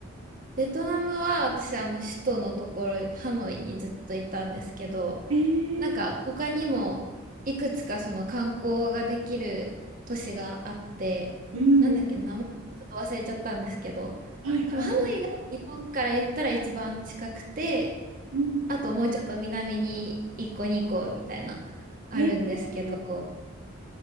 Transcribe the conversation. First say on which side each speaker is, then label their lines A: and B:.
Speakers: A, on the right; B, on the right.
A: ベトナムは私あの首都のところ、ハノイにずっといたんですけど、
B: え
A: なんか他にもいくつかその観光ができる都市があって、
B: ー、うん、
A: なんだっけ、名前ちょっと忘れちゃったんですけど、
B: はいはい。
A: 多分ハノイが日本から言ったら一番近くて、
B: うんうん。
A: あともうちょっと南に一個2個みたいな、あるんですけど、
B: えー